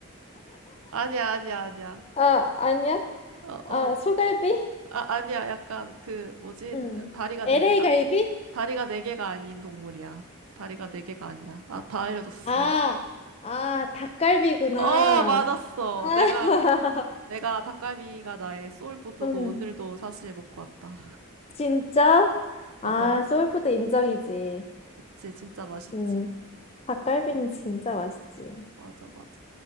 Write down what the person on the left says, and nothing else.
아, 아니야?
아,
소갈비?
응.
LA
갈비?
아, 아, 닭갈비구나.
아,
<laughs>
응.
진짜?
아,
소울푸드 인정이지.
응. 닭갈비는 진짜 맛있지.